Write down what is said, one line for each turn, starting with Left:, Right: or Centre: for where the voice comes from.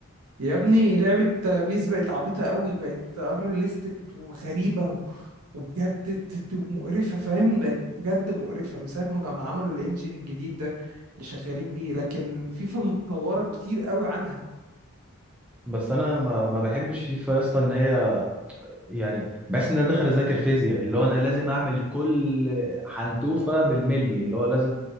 Right: يا ابني لعبة بيس بقت عبيطة قوي بقت unrealistic وغريبة و- وبجد ت- ت- مقرفة فاهم بقت بجد مقرفة من ساعة ما جم- عملوا الانجين الجديد ده اللي شغالين بيه لكن فيفا متطورة كتير قوي عنها
Centre: بس انا ما ما بحبش فيفا يا اسطى ان هي يعني بحس ان انا داخل اذاكر فيزياء اللي هو انا لازم اعمل كل حنتوفة بالملي اللي هو لازم